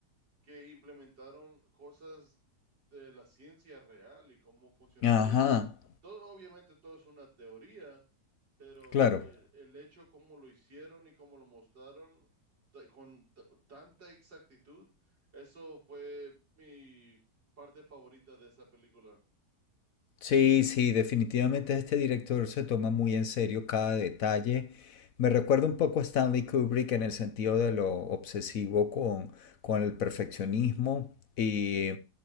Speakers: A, on the right (about 90°); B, on the left (about 60°).
A: que implementaron cosas de la ciencia real y cómo funcionaría
B: Ajá,
A: la... Todo, obviamente todo es una teoría pero
B: claro.
A: eh, el hecho como lo hicieron y como lo mostraron ta- con t- tanta exactitud, eso fue mi parte favorita de esa película.
B: Sí, sí, definitivamente este director se toma muy en serio cada detalle. Me recuerda un poco a Stanley Kubrick en el sentido de lo obsesivo con, con el perfeccionismo. Y